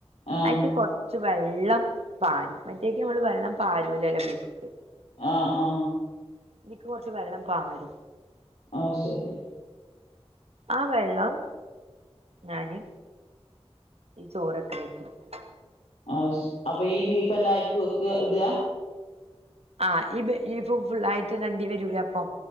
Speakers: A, on the left; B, on the right.
A: ആഹ്
B: അയ്ക്ക് കൊർ ച്ച്‌ വെള്ളം പാരും മറ്റേക്ക് നമ്മൾ വെള്ളം പരുൂലല്ലോ ബീഫ്‌ക്ക്
A: ആ ആ
B: ഇതീക്ക് കൊർച് വെള്ളം പാരും
A: അ ഹ് ശെരി
B: ആ വെള്ളം ഞാന് ഈ ചോറ ക്ക്‌ണേക്ക് ഇട് ക്കും
A: അഹ് ശെ അപ്പൊ ഈ ബീഫന്നെ അയ്ക്ക് വെക്ക ഇടാ
B: ആഹ് ഈ ബീ ഫും ഫുള്ളായിട്ട് ടണ്ടി വരൂല അപ്പൊ